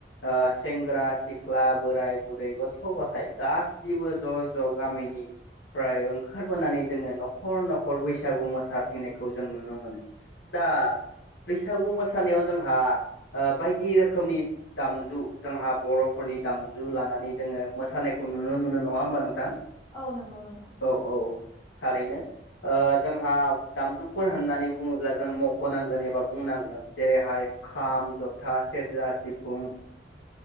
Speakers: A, on the left; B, on the left.
A: ओ सेेंग्रा सिख्ला सिख्ला बोराइ बुरै गथघ' गथाय गासिबो ज' ज' गामिनि फ्राय ओंखारबोनानै जोङो न'खर न'खर बैसागु मोसाथिनायखौ जों नुनो मोनो। दा बैसागु मोसानायाव जोंहा ओ बायदि रोखोमनि दामजु जोंहा बर'फोरनि दामजु लानानै जोङो मोसानायखौ नुनो मोनो नङा होमबा नोंथां?
B: औ नंगौ नोंथां।
A: औ औ थारैनो ओ जोंहा दामजुफोर होननानै बुङोब्ला जों मख'नांगोन एबा बुंनांगोन जेरैहाय खाम जथा सेरजा सिफुं